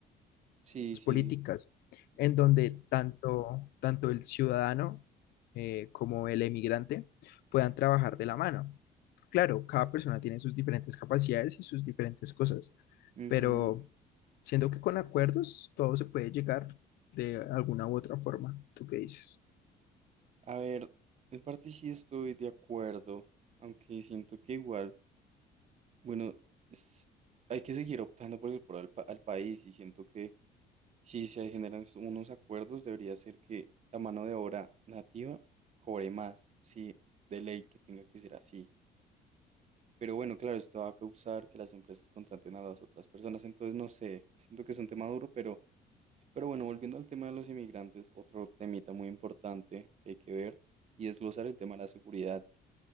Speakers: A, on the right; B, on the left.
A: Sí, sí.
B: políticas, en donde tanto, tanto el ciudadano eh, como el emigrante puedan trabajar de la mano. Claro, cada persona tiene sus diferentes capacidades y sus diferentes cosas,
A: ujú.
B: pero siendo que con acuerdos todo se puede llegar de alguna u otra forma. ¿Tú qué dices?
A: A ver, en parte sí estoy de acuerdo, aunque siento que igual, bueno, es- hay que seguir optando por el pro al, pa- al país y siento que Si se generan s- unos acuerdos, debería ser que la mano de obra nativa cobre más, sí, de ley que tenga que ser así. Pero bueno, claro, esto va a causar que las empresas contraten a las otras personas, entonces no sé, siento que es un tema duro, pero, pero bueno, volviendo al tema de los inmigrantes, otro temita muy importante que hay que ver y desglosar el tema de la seguridad.